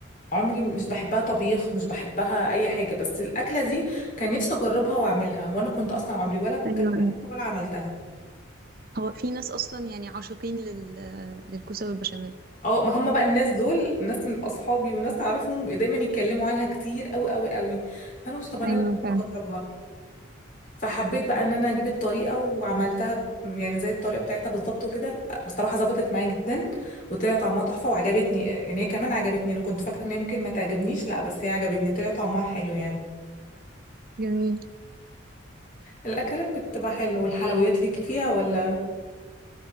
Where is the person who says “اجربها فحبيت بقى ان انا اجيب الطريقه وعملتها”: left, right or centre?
Left